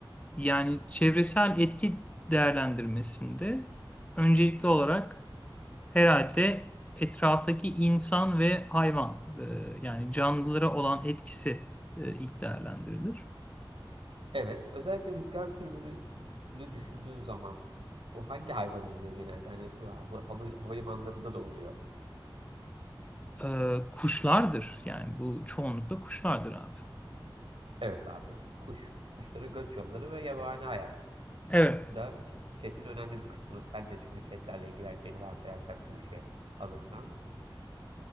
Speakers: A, on the left (about 15°); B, on the right (about 85°).
A: yani çevresel etki değerlendirmesinde öncelikli olarak. herhalde etraftaki insan ve hayvan e, yani canlılara olan etkisi e, ilk değerlendirilir.
B: Evet, özellikle rüzgar türbünü düşündüğün zaman bu hangi hayvan oluyor genelde? Hani hava, hava- havalimanlarında da oluyor.
A: E, kuşlardır yani bu çoğunlukla kuşlardır abi.
B: Evet abi. Kuş, kuşların göç yolları ve yabani hayat
A: Evet.
B: da ç- chat'in önemli bir kısmını sen de çünkü chat'lerle ilgileneceğini varsayarsak bu işe alırsan.